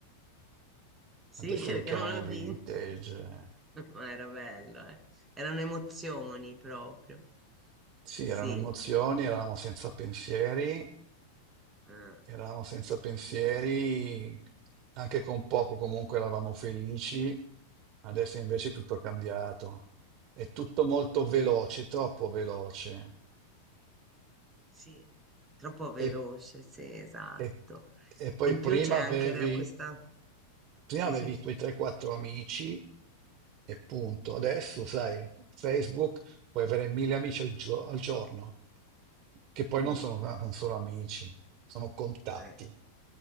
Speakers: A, on the right; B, on the right.
A: Sì,
B: Adesso
A: <laughs> perché
B: lo chiamano
A: non l'ho
B: vintage.
A: vinto, <laughs> ma era bello, eh. Erano emozioni proprio.
B: Sì,
A: Sì,
B: erano emozioni, eravamo senza pensieri.
A: eh,
B: Eravamo senza pensieri, anche con poco comunque eravamo felici, adesso invece è tutto cambiato. È tutto molto veloce, troppo veloce.
A: sì, troppo veloce,
B: E,
A: sì, esatto.
B: e- e poi
A: E in
B: prima
A: più c'è anche
B: avevi,
A: re- questa...
B: prima
A: Sì,
B: avevi
A: sì.
B: i tuoi 3-4 amici e punto. Adesso, sai, Facebook puoi avere mille amici al, gio- al giorno, che poi
A: Mm.
B: non sono, non sono amici, sono contatti.
A: Eh.